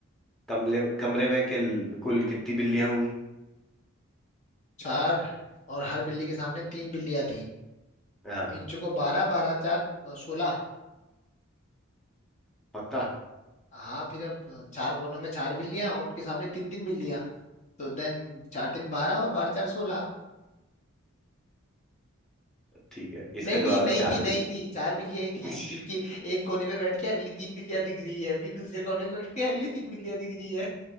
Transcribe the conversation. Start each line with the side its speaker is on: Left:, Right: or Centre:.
Centre: कमरे कमरे में किल, कुल कितनी बिल्लियां हुई
Left: चार और हर बिल्ली के सामने तीन बिल्लियां थी
Centre: हाँ
Left: तीन
Centre: हाँ,
Left: चौको बारह बारह चार अ, सोलह
Centre: पक्का
Left: हाँ फिर अब अ, चार कोनों में चार बिल्लियां और उनके सामने तीन तीन बिल्लियां तो देन चार तीन बारह और बारह चार सोलह
Centre: ठीक है इसका
Left: नहीं
Centre: जवाब
Left: नहीं नहीं
Centre: है चार
Left: थी नहीं
Centre: बिल्ली
Left: थी चार बिल्लियां ही थी
Centre: <laughs>
Left: क्योंकि एक कोने पे बैठ के अगली तीन बिल्लियां दिख रही है फिर दूसरे कोने पे बैठ के अगली तीन बिल्लियां दिख रही है